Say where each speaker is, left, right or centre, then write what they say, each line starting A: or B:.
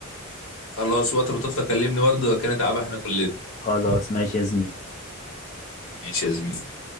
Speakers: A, on the left; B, on the left.
A: خلاص وقت ما تفضى كلمني برضه كانت تعبان احنا كلنا
B: خلاص ماشي يا زميلي
A: ماشي يا زميلي